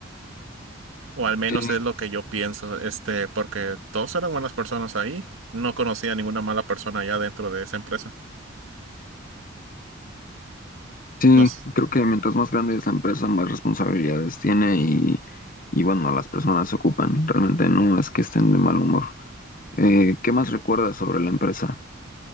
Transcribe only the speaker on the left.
Sí,
sí,
creo que mientras más grande es la empresa, más responsabilidades tiene y, y bueno, las personas se ocupan. Realmente no es que estén de mal humor. Eh, ¿qué más recuerdas sobre la empresa?